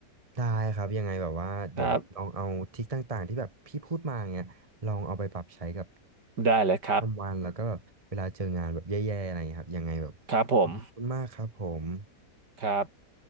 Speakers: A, on the right (about 20°); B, on the right (about 80°).
A: ได้ครับยังไงแบบว่าเดี๋ยวแบบลองเอาทริคต่างๆที่แบบพี่พูดมาเงี้ยลองเอาไปปรับใช้กับ
B: ครับได้เลยครับ
A: ทำวันแล้วก็แบบเวลาเจองานแบบแย่ๆอะไรอย่างเงี้ยครับยังไงแบบขอบคุณมากครับผม
B: ครับผมครับ